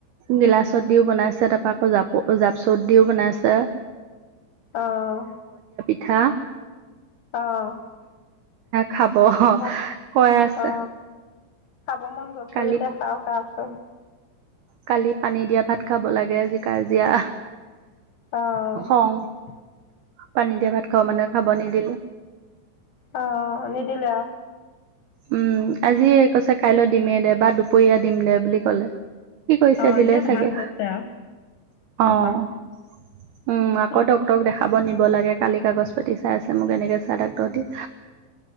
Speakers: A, on the right; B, on the left.
A: গিলাচত দিও বনাইছে। তাৰপা আকৌ জাপ-জাপচৌত দিও বনাইছে।
B: অহ ',
A: হাহ,
B: অ'।
A: খাব
B: ভ
A: কৈ আছে
B: অ, খাব মন গছে
A: কালি
B: যেতিয়া সাৰকা অ',
A: কালি পানী দিয়া ভাত খাব লাগে, আজি কাজিয়া।
B: অহ ',
A: খং পানী দিয়া ভাত খাব মানে, খাব নিদিলো।
B: অহ, নিদিল।
A: উম, আজি কৈছে, কাইলৈ দিমেইদে বা দুপৰীয়া দিম দে বুলি ক'লে। কি কৰিছে
B: অ',
A: দিলে
B: এতিয়া
A: চাগে।
B: ভাল হৈছে
A: অ'।
B: আৰু অকণ।
A: উম, আকৌ
B: অ'।
A: ডকটৰক দেখাব নিবি লাগে কালি কাগজ পাতি চাই আছে মোক এনেকে চাই ডাক্তৰ দি